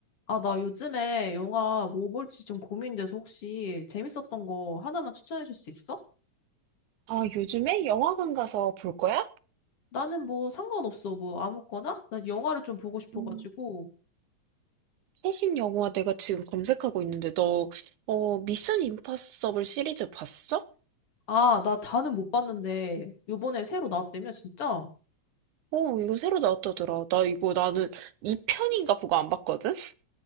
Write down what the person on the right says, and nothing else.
아, 요즘에 영화관 가서 볼 거야?
음, 최신 영화 내가 지금 검색하고 있는데 너, 어, 미션 임파서블 시리즈 봤어?
어, 이거 새로 나왔다더라. 나 이거 나는 2편인가 보고 안 봤거든?